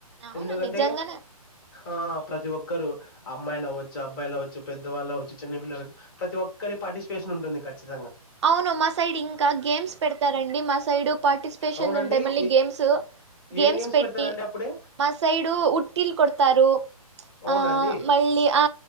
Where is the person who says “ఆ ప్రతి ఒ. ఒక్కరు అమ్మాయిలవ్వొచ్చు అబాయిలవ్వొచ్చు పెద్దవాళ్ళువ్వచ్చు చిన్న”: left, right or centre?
Left